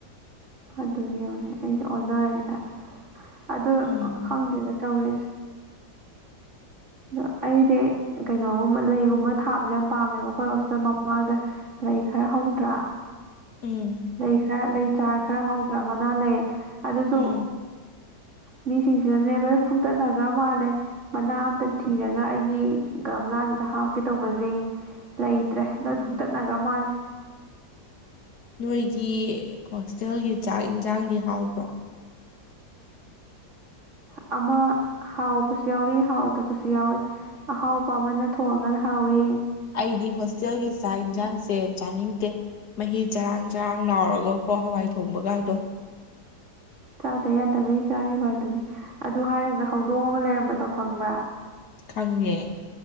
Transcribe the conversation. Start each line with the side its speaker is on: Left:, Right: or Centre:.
Right: ꯑꯗꯨꯅꯦꯕ ꯑꯩꯁꯦ ꯑꯣꯟꯅꯔꯦ ꯑꯁ ꯑꯗꯨ
Left: ꯎꯝ
Right: ꯈꯪꯗꯦꯗ꯫ ꯇꯧꯔꯦ ꯑꯗꯣ ꯑꯩꯗꯤ ꯀꯩꯅꯣꯒꯨꯝꯕ ꯂꯩꯒꯨꯝꯕ ꯊꯥꯕꯁꯦ ꯌꯥꯝ ꯄꯥꯝꯃꯦꯕ ꯑꯩꯈꯣꯏ ꯍꯣꯁꯇꯦꯜ ꯃꯃꯥꯡꯗ ꯂꯩ ꯈꯔ ꯍꯧꯗ꯭ꯔ
Left: ꯎꯝ
Right: ꯂꯩ ꯈꯔ ꯂꯩ ꯆꯥꯔ ꯈꯔ ꯍꯧꯗ꯭ꯔꯥ ꯃꯅꯥ ꯂꯩ ꯑꯗꯨꯁꯨ
Left: ꯎꯝ
Right: ꯃꯤꯁꯤꯡꯁꯤꯅꯅꯦ ꯂꯣꯏ ꯐꯨꯛꯇꯠꯅꯈ꯭ꯔ ꯃꯥꯜꯂꯦ ꯃꯅꯥ ꯑꯃꯇ ꯊꯤꯔꯒ ꯑꯩꯒꯤ ꯀꯪꯂꯒꯝꯂꯥꯗꯨꯗ ꯍꯥꯞꯀꯦ ꯇꯧꯕꯁꯦ ꯂꯩꯇ꯭ꯔꯦ ꯂꯣꯏ
Left: ꯎꯝ
Right: ꯐꯨꯛꯇꯠꯅꯈ꯭ꯔ ꯃꯥꯜꯂꯦ
Left: ꯑꯩꯈꯣꯏꯒꯤ ꯍꯣꯁꯇꯦꯜꯒꯤ ꯆꯥꯛ ꯌꯦꯟꯁꯥꯡꯗꯤ ꯍꯥꯎꯕ꯭ꯔꯣ
Right: ꯑꯃ ꯍꯥꯎꯕꯁꯨ ꯌꯥꯎꯋꯤ ꯍꯥꯎꯗꯕꯁꯨ ꯌꯥꯎꯋꯤ ꯑꯍꯥꯎꯕ ꯑꯃꯅ ꯊꯣꯛꯣꯡꯑꯒ ꯍꯥꯎꯋꯦ
Left: ꯑꯩꯗꯤ ꯍꯣꯁꯇꯦꯜꯒꯤ ꯆꯥꯛ ꯌꯦꯟꯁꯥꯡꯁꯦ ꯆꯥꯅꯤꯡꯗꯦ ꯃꯍꯤ ꯆꯔꯥꯡ ꯆꯔꯥꯡ ꯂꯥꯎꯔꯒꯀꯣ ꯍꯋꯥꯏ ꯊꯣꯡꯕꯒꯗꯣ
Right: ꯆꯥꯗ ꯌꯥꯗꯕꯒꯤ ꯆꯥꯔꯤꯕ ꯑꯗꯨꯅꯤ ꯑꯗꯨ ꯍꯥꯏꯔꯒ ꯍꯧꯗꯣꯡ ꯑꯃ ꯂꯩꯔꯝꯕꯗꯣ ꯈꯪꯕ꯭ꯔꯥ
Left: ꯈꯪꯉꯦ